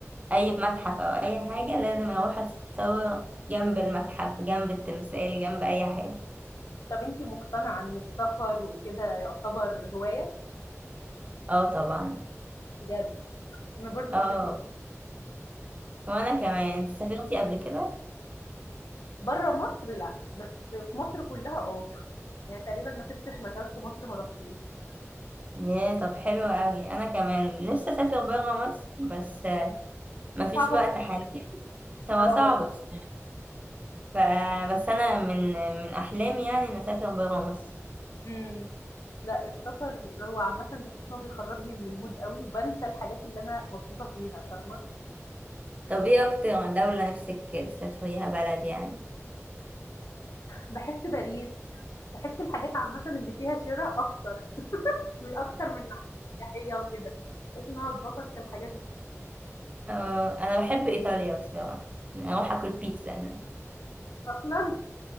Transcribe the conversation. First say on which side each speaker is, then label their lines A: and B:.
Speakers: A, on the right; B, on the left.
A: اي متحف او اي حاجه لازم اروح اصور جنب المتحف جنب التمثال جنب اي حاجه
B: طب أنتِ مقتنعة إن السفر وكده يعتبر هواية؟
A: اه طبعا
B: بجد أنا برضه
A: اه
B: باحب
A: وانا
B: السباحة،
A: كمان انت سافرتي قبل كده
B: برّه مصر لأ، بس في مصر كلّها آه، يعني تقريبًا ما سِبتش مكان في مصر ما رُحتوش،
A: ياه طب حلو قوي انا كمان نفسي اسافر بره مصر بس آه، مفيش
B: صعبة
A: وقت حاليا هو
B: <laughs> آه،
A: صعب بس ف... بس انا من من احلامي يعني ان اسافر بره مصر
B: إمم، لأ السفر هو عامةً باحس إن هو بيخرّجني من الmood أوي وبانسى الحاجات اللي أنا مضغوطة فيها فاهمة،
A: طب ايه اكتر دولة نفسك تسافريها بلد يعني
B: باحس باريح، باحس الحاجات عامةً اللي فيها شِرا أكتر، أكتر من الحاجات السياحية وكده، باحس إن أنا اتبسط في الحاجات دي
A: اه انا بحب ايطاليا بصراحة اروح اكل بيتزا هناك
B: أصلًا!